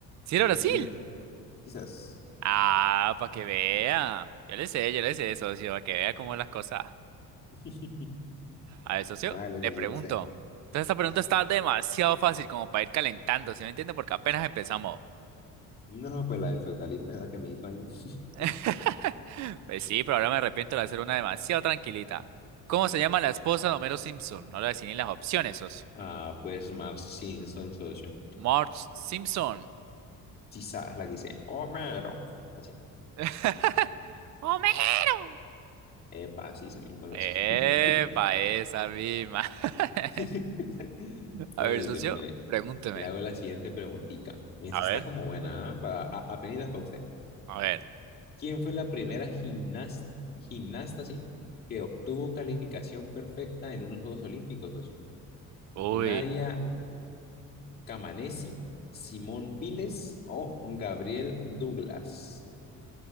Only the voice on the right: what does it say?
¿Sí era
Brasil?
Ah, para que vea. Yo le sé, yo le sé, socio, para que vea cómo las cosas.
A ver, socio,
le
pregunto.
Entonces, esta pregunta está demasiado fácil como para ir calentando, ¿sí me entiende? Porque apenas empezamos.
<laughs>
Pues sí, pero ahora me arrepiento de hacer una demasiado tranquilita. ¿Cómo se llama la esposa de Homero Simpson? No le voy a decir ni las opciones, socio.
Marge Simpson.
<laughs> ¡Homero!
Epa,
esa misma. <laughs>
A
ver, socio,
pregúnteme.
A
ver.
A ver.
Uy,